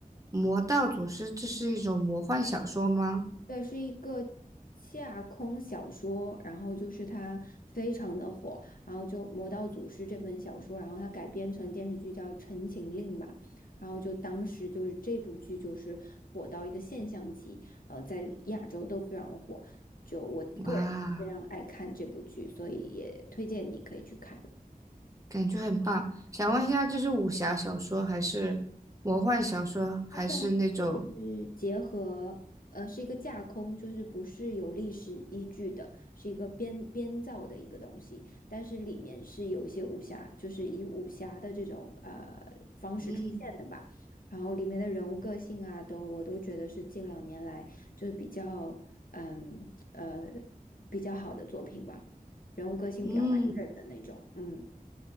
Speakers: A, on the right (about 20°); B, on the left (about 70°).
A: 《魔道祖师》，这是一种魔幻小说吗？
B: 对，是一个架空小说，然后就是它非常的火，然后就《魔道祖师》这本小说，然后它改编成电视剧叫《陈情令》吧，然后就当时就是这部剧就是火到一个现象级，呃，在亚洲都非常火，就我个人也非常爱看这部剧，
A: 哇，
B: 所以也推荐你可以去看。
A: 感觉很棒。想问一下，这是武侠小说还是魔幻小说，还是那种……
B: 它算是结合，呃，是一个架空，就是不是有历史依据的，是一个编编造的一个东西，但是里面是有一些武侠，就是以武侠的这种呃方式出现的吧。
A: 嗯
B: 然后里面的人物个性啊，都我都觉得是近两年来就是比较嗯呃比较好的作品吧，人物个性比较完整的那种。
A: 嗯，
B: 嗯